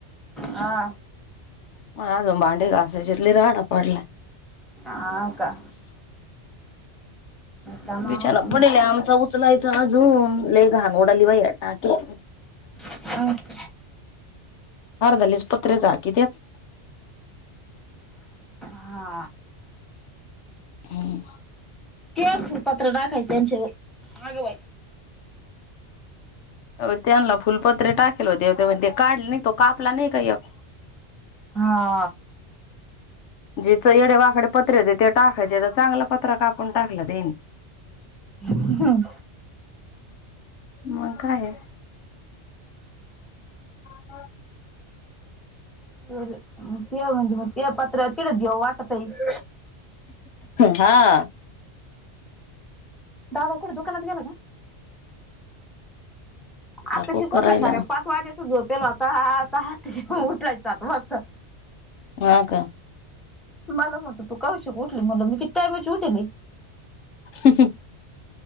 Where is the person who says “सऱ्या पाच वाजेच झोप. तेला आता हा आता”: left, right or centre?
Centre